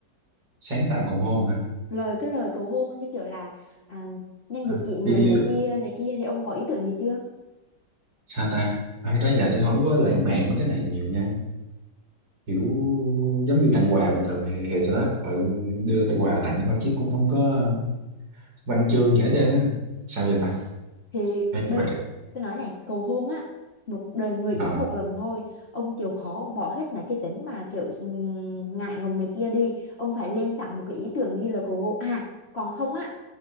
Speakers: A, on the right; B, on the left.
A: sáng tạo còn hôn hả
B: lời cái lời cầu hôn như kiểu là à, nhân
A: Ừ.
B: dịp kỷ niệm
A: như, như
B: này kia này kia thì ông có ý tưởng gì chưa
A: sao ta ai đó giờ tôi không có lãng mạn mấy cái này nhiều nha kiểu giống như tặng quà bình thường thì, thì tôi đó ừ, đưa tới quà tặng thôi chứ cũng không có văn chương gì hết trơn á sao giờ ta
B: thì
A: Ê,
B: bây
A: mà cái-
B: tôi nói này cầu hôn á một đời người gõ
A: ờ
B: một lần thôi ông chịu khó ông bỏ hết mấy cái tính mà kiểu ừm, ngại ngùng này kia đi ông phải lên sẵn một cái ý tưởng ghi lời cầu hôn à còn không á